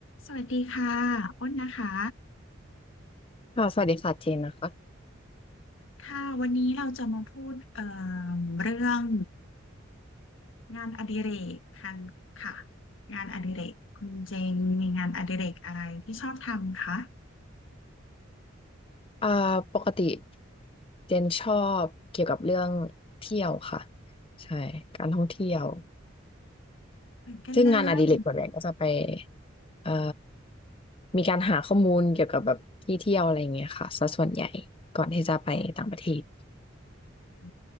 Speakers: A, on the left; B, on the left.
A: สวัสดีค่ะอ้นนะคะ
B: ค่ะสวัสดีค่ะเจนนะคะ
A: ค่ะวันนี้เราจะมาพูดเอ่อเรื่องงานอดิเรกคันค่ะงานอดิเรกคุณเจงมีงานอดิเรกอะไรที่ชอบทำคะ
B: อ่าปกติเจนชอบเกี่ยวกับเรื่องเที่ยวค่ะใช่การท่องเที่ยว
A: เหมือนกันเลย
B: ซึ่งงานอดิเรกส่วนใหญ่ก็จะไปเอ่อมีการหาข้อมูลเกี่ยวกับแบบที่เที่ยวอะไรอย่างเงี้ยค่ะซะส่วนใหญ่ก่อนที่จะไปต่างประเทศ
A: อื